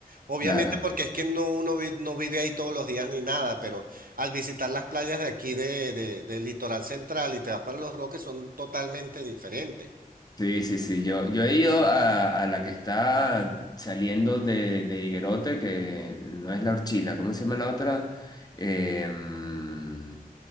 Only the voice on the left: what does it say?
Claro.
Sí, sí, sí. Yo, yo he ido a, a la que está saliendo de, de Higuerote, que no es la Orchila, ¿cómo se llama la otra? Em,